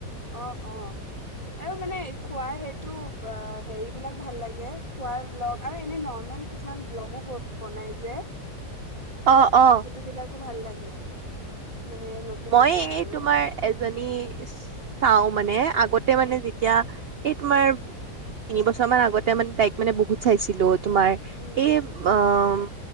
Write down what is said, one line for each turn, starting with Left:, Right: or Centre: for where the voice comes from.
Left: অ'- অ' আৰু মানে খোৱাৰ সেইটো হেৰি বিলাক ভাল লাগে, খোৱাৰ -ভল্গ আৰু এনে নৰ্মেল কিছুমান ভ্লগো বনাই যে
Right: অ অ
Left: ফতুবিলাকো ভাল লাগে। <unintelligible> নতুন
Right: মই,
Left: নতুন
Right: এই
Left: আৰু
Right: তোমাৰ এজনী চাও। মানে আগতে
Left: উম
Right: মানে যেতিয়া এই তোমাৰ, তিনি বছৰ মান আগতে মানে, তাইক মানে, বহুত চাইছিলোঁ। তোমাৰ,
Left: উম
Right: এই অ'